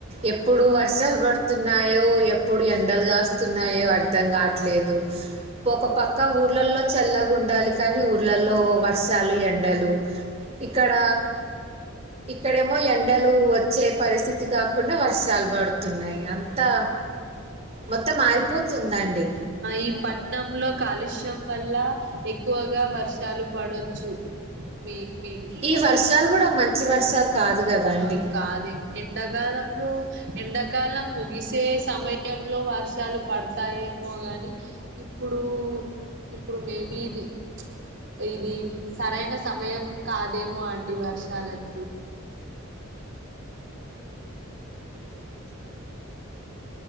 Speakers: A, on the right; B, on the right.
A: ఎప్పుడు వర్షాలు పడుతున్నాయో ఎప్పుడు ఎండలుగాస్తున్నాయో అర్ధం కావట్లేదు ఒక పక్క ఊర్లలో చల్లగా ఉండాలి కానీ ఊర్లలో వర్షాలు ఎండలు ఇక్కడ ఇక్కడేమో ఎండలు వచ్చే పరిస్థితి కాకుండా వర్షాలు పడుతున్నాయి. అంతా మొత్తం మారిపోతుందండి.
B: ఈ పట్నంలో కాలుష్యం వల్ల ఎక్కువగా వర్షాలు పడొచ్చు మే మేబి
A: ఈ వర్షాలు కూడా మంచి వర్షాలు కాదు కదండీ.
B: ఆ కాదే ఎండాకాలంలో ఎండాకాలం ముగిసే సమయంలో వర్షాలు పడతాయేమో గాని ఇప్పుడు ఇప్పుడు మేబి ఇది ఇది సరైన సమయం కాదేమో అండి వర్షాలకి అ <inaudible>